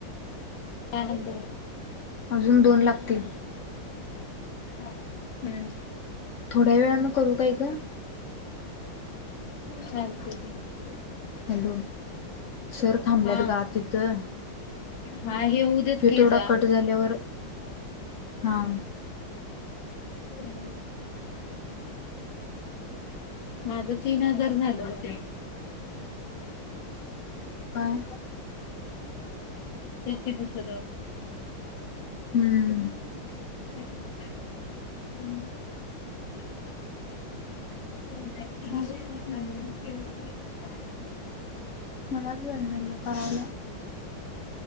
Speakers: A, on the left; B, on the left.
A: नंद.
B: अजून दोन लागतील.
A: हम्म.
B: थोड्या वेळान करू काय ग?
A: चालतंय की.
B: हॅलो, सर थांबल्यात
A: हा
B: ग आत तिथं.
A: हा हे होऊ देत
B: हेि
A: की
B: तेवढा
A: जा
B: कट झाल्यावर. हा. <unintelligible>
A: <inaudible> माझं तीनजार झाला होत्यान. <inaudible>
B: काय
A: तेच की दुसरं.
B: हम्म
A: <inaudible> <unintelligible>
B: चालतंय मलाच वेळ नाहीये करायला.